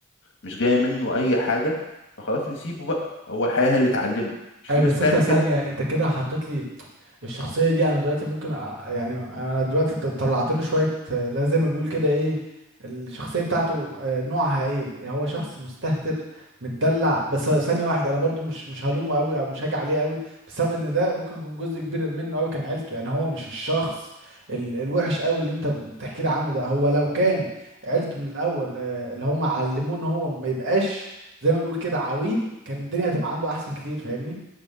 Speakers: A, on the left; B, on the right.
A: مش جايه منه اي حاجه فخلاص نسيبه بقى هو الحياه هي اللي اتعلمه مش
B: ايوه
A: في
B: بس
A: ناس بتعمل
B: انت ثانية
A: كده
B: انت كده حطيت لي الشخصيه دي انا دلوقتي ممكن أ- يعني انا دلوقتي ط- طلعت له شويه آه، لا زي ما بيقول كده ايه الشخصيه بتاعته آه، نوعها ايه هو شخص مستهتر متدلع بس ثانيه واحده انا برضو مش مش هلومه قوي او مش هاجي عليه قوي بسبب ان ده ممكن يكون جزء كبير منه قوي كان عيلته يعني هو مش الشخص ال- الوحش قوي اللي انت بتحكي لي عنه ده هو لو كان عيلته من الاول آه، اللي هم علموه ان هو ما يبقاش زي ما نقول كده عويل كان الدنيا هتبقى عنده احسن كتير فاهمني